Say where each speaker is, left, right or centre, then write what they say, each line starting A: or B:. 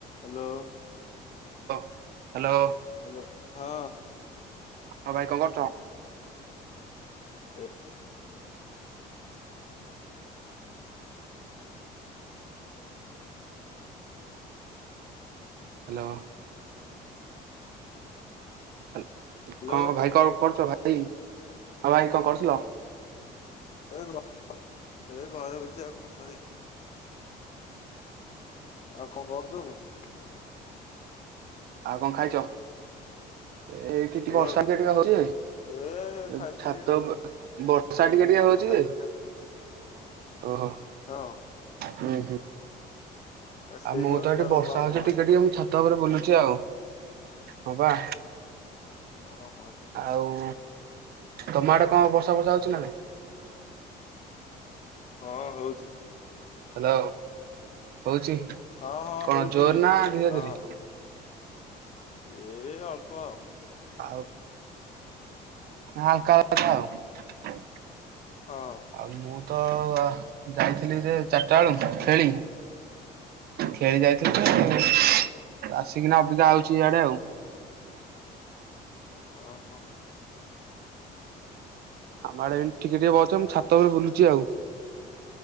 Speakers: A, on the left; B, on the right.
A: Hello.
B: ଅ hello.
A: Hello ହଁ।
B: ହଁ ଭାଇ କଣ କରୁଛ?
A: ଏ
B: ହାଲୋ। ହାଲ
A: ହ୍ୟାଲୋ।
B: କଣ ଭାଇ କଣ କରୁଛ ଭାଇ ହଁ ଭାଇ କଣ କରୁଥିଲ?
A: ଏଇ ଘ ଏଇ ଘରେ ବଇଚି ଆଉ କଣ କରିବା। ଆଉ କଁ କରୁଚ <unintelligible>
B: ଆଉ କଁ ଖାଇଚ? ଏ ଏଇଠି ଟିକେ
A: ହ୍ୟାଲୋ
B: ବର୍ଷା ଟିକେ ଟିକେ ହଉଚି ଏବ୍
A: ଏ ଖାଇଥିଲି
B: ଛାତ
A: ମୁଢି
B: ବ ବର୍ଷା ବର୍ଷା
A: ମୁଢି
B: ଟିକେ ଟିକେ
A: ମିକ୍ସଚର
B: ହଉଚି।
A: ଖାଇଥିଲି
B: ଓହୋ।
A: ହଁ।
B: ହୁଁ-ହୁଁ
A: ଆ ସେଇ
B: ଆଉ ମୁଁ
A: ଯୋଉ
B: ତ
A: ନେଟୱାର୍କ
B: ଏଠି ବର୍ଷା
A: ପାଉନି
B: ହଉଛି
A: ପା
B: ଟିକେ ଟିକେ ମୁଁ ଛା ତ ଉପରେ ବୁଲୁଚି ହଁ ବା।
A: ଓହୋ।
B: ଆଉ ତମ ଆଡେ କଁ ବର୍ଷା ଫର୍ଷା ହଉଚି ନାଇ?
A: ହଁ ହଉଚି।
B: ହାଲୋ ହଉଚି,
A: ହଁ ହଁ
B: କଁ
A: ହଉଛି।
B: ଜୋରେ ନା ଧୀରେ
A: ହଁ
B: ଧୀରେ?
A: ଏ ଅଳ୍ପ ଆଉ।
B: ଆଉ ହାଲ୍କା ହାଲ୍କା ଆଉ।
A: ହଁ।
B: ଆଉ ମୁଁ ତ ଯାଇଥିଲି ଯେ ଚାରିଟା ଆଳୁ ଖେଳି ଖେଳି ଯାଇଥିଲି ତ ଆସିକିନା ଅବିକା ଆଉଚି ଇଆଡେ ଆଉ।
A: ଅ ହ।
B: ଆମ ଆଡେ ଏମ୍ ଟିକେ ଟିକେ ବର୍ଷା ମୁଁ ଛାତ ଉପରେ ବୁଲୁଚି ଆଉ।